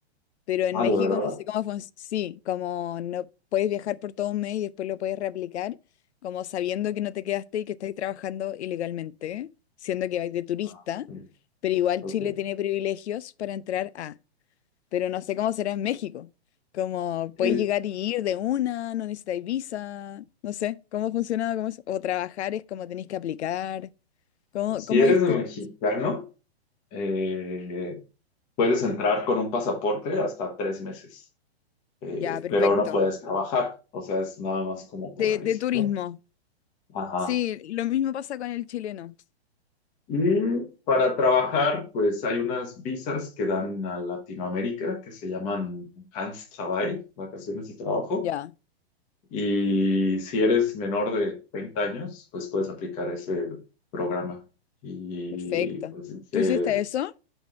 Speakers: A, on the left; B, on the left.
A: Pero en
B: Ah,
A: México
B: ¿de verdad?
A: no sé cómo funciona. Sí, como no puedes viajar por todo un mes y después lo puedes reaplicar, como sabiendo que no te quedaste y que estás trabajando ilegalmente, siendo que vais de turista,
B: Ah, mm,
A: pero igual
B: ok.
A: Chile tiene privilegios para entrar a. Pero no sé cómo será en México. Como
B: Eh,
A: puedes llegar y ir de una, no necesitáis visa, no sé cómo funciona, cómo es- o trabajar es como tenéis que aplicar, cómo,
B: si
A: cómo
B: eres
A: esto.
B: mexicano, eh, puedes entrar con un pasaporte hasta tres meses, eh,
A: Ya, perfecto.
B: pero no puedes trabajar. O sea, es nada más como para
A: De,
B: visitar.
A: de turismo.
B: Ajá.
A: Sí, lo mismo pasa con el chileno.
B: Y para trabajar, pues hay unas visas que dan a Latinoamérica que se llaman Hans Travail, vacaciones y trabajo.
A: Ya,
B: Y si eres menor de 30 años, pues puedes aplicar ese programa. Y
A: perfecto.
B: pues dije,
A: ¿Tú hiciste eso?